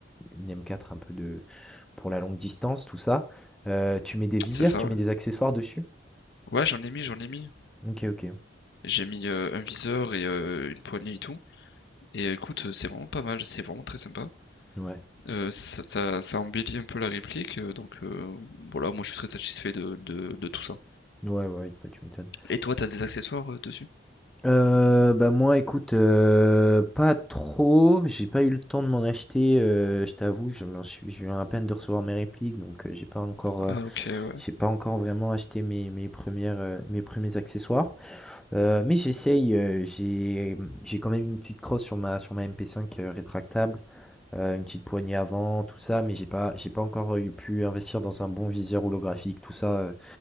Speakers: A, in the centre; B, on the left.
A: une M4 un peu de pour la longue distance, tout ça. Heu, tu mets des viseurs,
B: c'est ça.
A: tu
B: Ouais,
A: mets des accessoires dessus?
B: ouais j'en ai mis j'en ai mis.
A: OK, OK.
B: J'ai mis, heu, un viseur et heu, une poignée et tout et écoute, euh, c'est vraiment pas mal, c'est vraiment très sympa.
A: Ouais.
B: Heu, ça ça ça embellit un peu la réplique, heu, donc heu, voilà, moi je suis très satisfait de de de tout ça.
A: Ouais, ouais, bah, tu m'étonnes.
B: Et toi, t'as des accessoires, heu, dessus?
A: Heu, bah, moi, écoute, heu, pas trop, j'ai pas eu le temps de m'en acheter, heu, je t'avoue, je m'en suis je viens à peine de recevoir mes répliques, donc heu, j'ai pas encore, heu
B: Ah OK, ouais.
A: J'ai pas encore vraiment acheté mes mes premières, heu, mes premiers accessoires, heu, mais j'essaye, heu, j'ai, mmh, j'ai quand même une petite crosse sur ma sur ma MP5, heu, rétractable, heu, une petite poignée avant, tout ça, mais j'ai pas j'ai pas encore, euh, eu pu investir dans un bon viseur holographique, tout ça, heu,